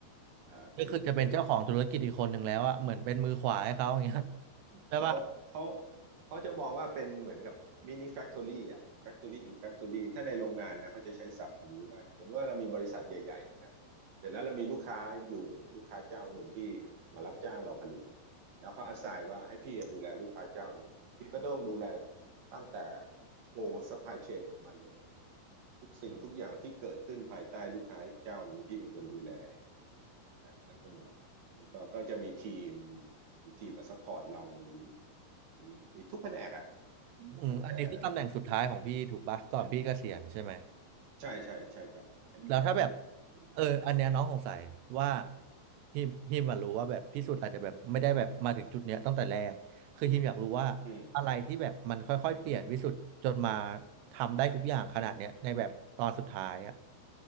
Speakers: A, on the right (about 55°); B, on the right (about 75°).
A: อ่าเป็นเป็น
B: ก็คือจะเป็นเจ้าของธุรกิจอีกคนหนึ่งแล้วอะเหมือนเป็นมือขวาให้เขาอย่างเงี้ยใช่ปะ
A: เขาเขาเขาจะมองว่าเป็นเหมือนกับมินิแฟคทอรี่อ่ะแฟ c t อรี่อินแฟ o r อรี่ถ้าในโรงงานนะเขาจะใช้ศัพท์คำนี้ว่าสมมติว่าเรามีบริษัทใหญ่ๆใช่ไหมเสร็จแล้วเรามีลูกค้าอยู่ลูกค้าเจ้าหนึ่งที่มารับจ้างเราผลิตแล้วเขาอาศัยว่าให้พี่อะดูแลลูกค้าเจ้านี้พี่ก็ต้องดูแลตั้งแต่โฮซัพพลายเชนของมันเลยทุกสิ่งทุกอย่างที่เกิดขึ้นภายใต้ลูกค้าเจ้านี้พี่เป็นคนดูแลอย่าง
B: อืม
A: อ่าแล้วก็แล้วก็ก็จะมีทีมมีทีมมาซัพพอร์ตเรามีมีมีทุกแผนกอ่ะ
B: อืมอันนี้คือตำแหน่งสุดท้ายของพี่ถูกปะก่อนพี่เกษียณใช่ไหม
A: ตั้งแต่ใช่ใช่ใช่ครับใช่ครับ
B: แล้วถ้าแบบ
A: อืม
B: เอออันเนี้ยน้องสงสัยว่าฮิมฮิมอะรู้ว่าแบบพิสูจน์อาจจะแบบไม่ได้แบบมาถึงจุดเนี้ยตั้งแต่แรกคือฮิมอยากรู้ว่าอะไรที่แบบมันค่อยๆเปลี่ยนวิสุทธ์จนมา
A: อืม
B: ทำได้ทุกอย่างขนาดเนี้ยในแบบตอนสุดท้ายอ่ะ